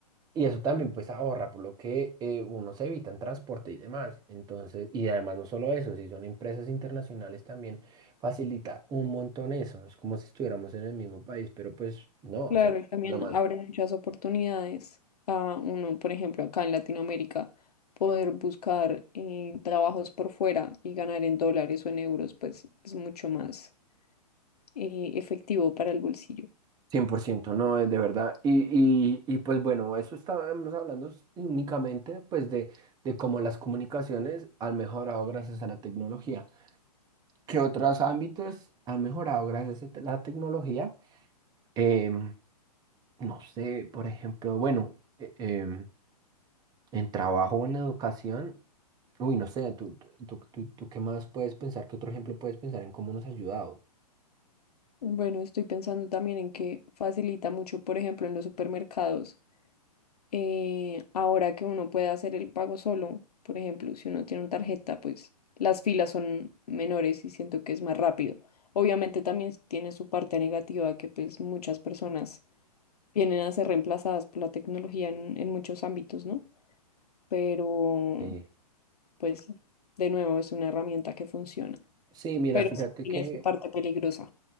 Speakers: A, on the right; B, on the left.
A: Y eso también pues ahorra, por lo que eh, uno se evita en transporte y demás. Entonces, y además no solo eso, si son empresas internacionales también facilita un montón eso. no Es como si estuviéramos en el mismo país, pero pues no, o
B: Claro,
A: sea,
B: y también
A: lo más
B: abre muchas oportunidades a uno, por ejemplo, acá en Latinoamérica, poder buscar eh, trabajos por fuera y ganar en dólares o en euros, pues es mucho más eh, efectivo para el bolsillo.
A: 100% no es de verdad. Y, y, y pues bueno, eso estábamos hablando s- únicamente pues de, de cómo las comunicaciones han mejorado gracias a la tecnología. ¿Qué otros ámbitos han mejorado gracias a te- la tecnología? Em, No sé, por ejemplo, bueno, e- em, en trabajo o en educación, uy, no sé, tú, tú, tú, tú qué más puedes pensar, qué otro ejemplo puedes pensar en cómo nos ha ayudado.
B: Bueno, estoy pensando también en que facilita mucho, por ejemplo, en los supermercados eh, ahora que uno puede hacer el pago solo, por ejemplo, si uno tiene una tarjeta, pues las filas son menores y siento que es más rápido. Obviamente también tiene su parte negativa que pues muchas personas vienen a ser reemplazadas por la tecnología en, en muchos ámbitos, ¿no? Pero
A: Sí,
B: pues de nuevo es una herramienta que funciona,
A: sí, mira,
B: pero
A: fíjate
B: sí tiene
A: que,
B: su parte peligrosa.